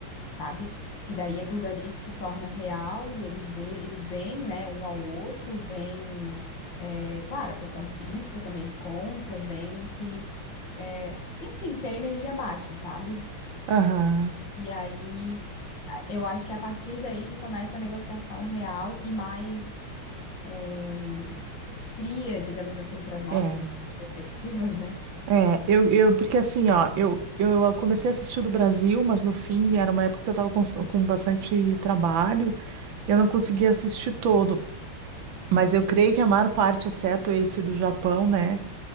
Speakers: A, on the left; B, on the right.
A: sabe? Que daí aquilo dali se torna real e ele vê, eles veem, né, um ao outro, vem, é, claro, a questão física também que conta, vem se, é, enfim, se a energia bate, sabe?
B: aham.
A: E aí a- eu acho que é a partir daí que começa a negociação real e mais é, fria, digamos assim, para as nossas
B: É,
A: perspectivas, né?
B: é, eu, eu, porque assim, ó, eu, eu comecei a assistir o do Brasil, mas no fim era uma época que eu tava com, com bastante trabalho, eu não conseguia assistir todo, mas eu creio que a maior parte, exceto esse do Japão, né?